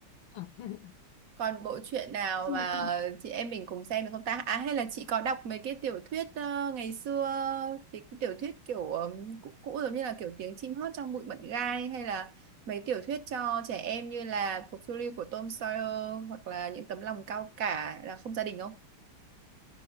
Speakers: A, on the left; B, on the right.
A: <laughs>
B: Còn bộ truyện nào
A: Ừ,
B: mà
A: ừ.
B: chị em mình cùng xem được không ta? À hay là chị có đọc mấy cái tiểu thuyết ờ, ngày xưa cái tiểu thuyết kiểu ừm, cũ cũ giống như là kiểu tiếng chim hót trong bụi mận gai hay là mấy tiểu thuyết cho trẻ em như là Cuộc phiêu lưu của Tom Sawyer hoặc là những tấm lòng cao cả là không gia đình không?